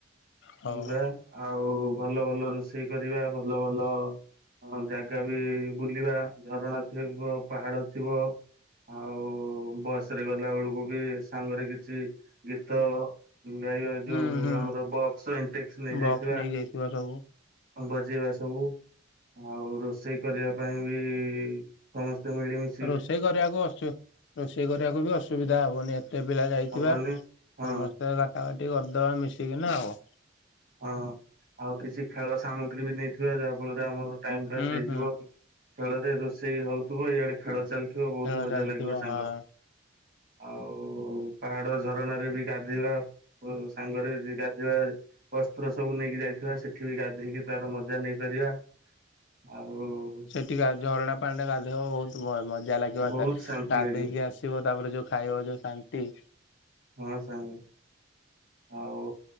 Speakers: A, on the left; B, on the right.
A: ହଉ
B: ଯିବା। ଆଉ ଭଲ ଭଲ ରୋଷେଇ କରିବା। ଭଲ ଭଲ ହଁ, ଜାଗା ବି ବୁଲିବା ଝରଣା ଥିବ ପାହାଡ ଥିବ। ଆଉ ବସ୍ ରେ ଗଲା ବେଳ କୁ ବି ସାଙ୍ଗରେ କିଛି ଗୀତ ଗାଇ ବା ଯୋଉ
A: ହୁଁ ହୁଁ
B: ଆମର ବକ୍ସ ଇଣ୍ଟେକ୍ସ ନେଇଯାଇଥିବା।
A: ବକ୍ସ ନେଇଯାଇଥିବା ସବୁ।
B: ହଁ ବଟ୍ ଯିବା ସବୁ ଆଉ ରୋଷେଇ କରିବା ପାଇଁ ବି ସମସ୍ତେ ମିଳିମିଶ୍
A: ରୋଷେଇ କରିବାକୁ ଅସୁ ରୋଷେଇ କରିବାକୁ ବି ଅସୁବିଧା ହବନି ଏ ତେ ପିଲା ଯାଇଥିବା
B: ହବନି
A: ସମସ୍ତେ
B: ହଁ
A: ବାଟା ବାଟି କରିଦବା ମିଶିକିନା ଆଉ।
B: ହଁ ଆଉ କିଛି ଖେଳ ସାମଗ୍ରୀ ବି ନେଇଥିବା ଯାହାଫଳରେ ଆମର ଟାଇମ ପାସ୍
A: ହୁଁ
B: ହେଇଯିବ।
A: ହୁଁ
B: ଖେଳରେ ରୋଷେଇ ହଉଥିବ ଏଆଡେ ଖେଳ ଚାଲିଥିବା ବହୁତ
A: ଖେଳ
B: ମଜା
A: ଚାଲିଥିବ
B: ଲାଗିବ ସାଙ୍ଗ।
A: ହଁ।
B: ଆଉ ପାହାଡ ଝରଣା ରେ ବି ଗାଧୋଇବା। ଓ ସାଙ୍ଗରେ ଦି ଗାଧୋଇବା ଆଉ। ବସ୍ତ୍ର ସବୁ ନେଇକି ଯାଇଥିବା। ସେଠି ବି ଗାଧେଇକି ତାର ମଜା ନେଇପାରିବା। ଆଉ
A: ଟିକେ ଆ ଝରଣା ପାଣିରେ ଗାଧେଇବ ବହୁତ ମ ମଜା ଲାଗିବ
B: ବହୁତ
A: ଏତେ
B: ଶାନ୍ତି
A: ଗାଧେଇକି
B: ଲାଗେ
A: ଆସିବ ତାପରେ ଯୋଉ ଖାଇବା ଯୋଉ ଶାନ୍ତି।
B: ହଁ ସାଙ୍ଗ। ଆଉ